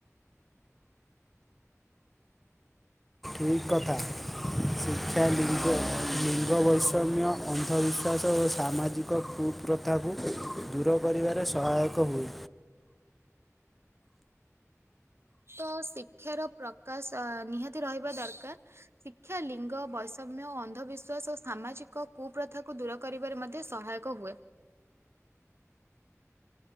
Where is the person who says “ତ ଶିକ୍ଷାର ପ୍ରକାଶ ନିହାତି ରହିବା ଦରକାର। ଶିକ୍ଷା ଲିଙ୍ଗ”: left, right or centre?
Right